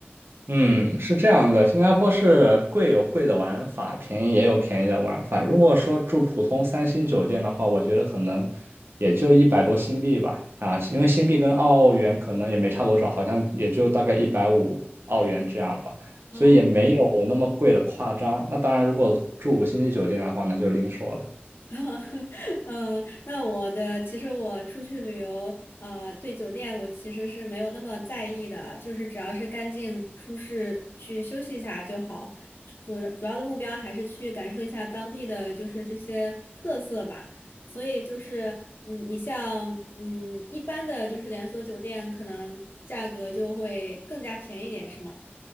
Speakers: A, on the right; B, on the left.
A: 嗯，是这样的，新加坡是贵有贵的玩法，便宜也有便宜的玩法。如果说住普通三星酒店的话，我觉得可能也就一百多新币吧，啊，因为新币跟澳元可能也没差多少，好像也就大概一百五澳元这样吧，
B: 嗯。哦。
A: 所以也没有那么贵的夸张。那当然，如果住五星级酒店的话，那就另说了。
B: <laughs> 嗯，那我的其实我出去旅游，呃，对酒店我其实是没有那么在意的，就是只要是干净舒适，去休息一下就好。主主要的目标还是去感受一下当地的就是这些特色吧。所以就是，嗯，你像嗯一般的就是连锁酒店，可能价格就会更加便宜一点，是吗？